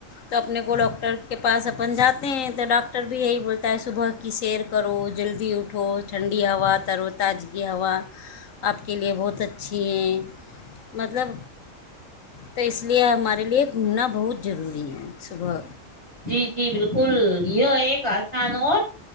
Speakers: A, on the left; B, on the left.
A: تو اپنے کو ڈاکٹر کے پاس اپن جاتے ہیں تو ڈاکٹر بھی یہی بولتا ہے صبح کی سیر کرو جلدی ی اٹھو ٹھنڈی ہوا ترو تجگی ہوا آپ کے لیے بہت اچھی ہیں مطلب تو اس لیے ہمارے لیے گنا بہت ضروری ہے صبح
B: جی جی بالکل یہ ایک آسان اور